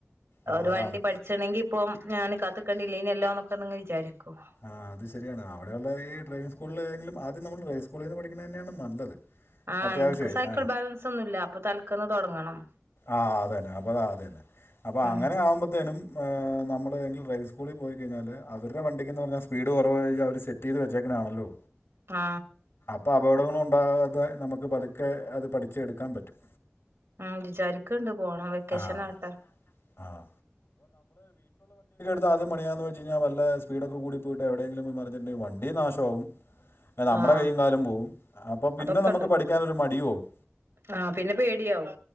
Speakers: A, on the left; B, on the right.
A: ആ,
B: ഒരു
A: അതാണ്
B: വണ്ടി പഠിച്ചാണെങ്കി ഇപ്പം ഞാന് കത്തിക്കണ്ടില്ല ഇതിനെല്ലാന്നൊക്കെ നിന്ന് വിചാരിക്കും
A: ആ അത് ശരിയാണ് അവിടെയുള്ള ഈ ഡ്രൈവിംഗ് സ്കൂളിൽ ഏതെങ്കിലും ആദ്യം നമ്മൾ ഡ്രൈവിങ് സ്കൂളിൽ നിന്ന് പഠിക്കുന്നത് തന്നെയാണ് നല്ലത്.
B: ആ
A: അത്യാവശ്യമേ
B: എനിക്ക് സൈക്കിൾ
A: ആ
B: ബാലൻസ് ഒന്നൂല്ല അപ്പൊ തൽക്കലം തുടങ്ങണം
A: ആ അതന്നെ അപ്പൊത അതന്നെ അപ്പൊ
B: ഉം
A: അങ്ങനെയാകുമ്പത്തേനും ആവുമ്പോത്തേനും നമ്മൾ എങ്കിലും ഡ്രൈവിംഗ് സ്കൂളിൽ പോയികഴിഞ്ഞാല് അവരുടെ വണ്ടിക്കെന്ന് പറഞ്ഞാൽ സ്പീഡ് കുറവ് കഴിഞ്ഞാൽ അവർ സെറ്റ് ചെയ്ത് വെച്ചേക്കണയാണല്ലോ
B: ആ
A: അപ്പോൾ അപകടമൊന്നും ഉണ്ടാകാതെ നമുക്ക് പതുക്കെ അത് പഠിച്ചെടുക്കാൻ പറ്റും
B: ആ വിചാരിക്കണ്ട് പോണം വെക്കേഷൻ
A: ആ
B: ആകട്ടെ
A: ആഹ് ഇത് ആദ്യ പണിയാമെന്ന് വെച്ച് കഴിഞ്ഞൽ വല്ല സ്പീഡൊക്കെ കൂടി പോയിട്ട് എവിയെങ്കിലും മറിഞ്ഞിട്ടുണ്ടെങ്കിൽ വണ്ടിയും നാശമാവും നമ്മുടെ
B: ആഹ്
A: കൈയ്യും കാലും പോവും അപ്പൊ പിന്നെ
B: അതൊക്കെണ്ട്
A: നമുക്ക് പഠിക്കാനൊരു മടിയും ആവും
B: ആഹ് പിന്നെ പേടിയാവും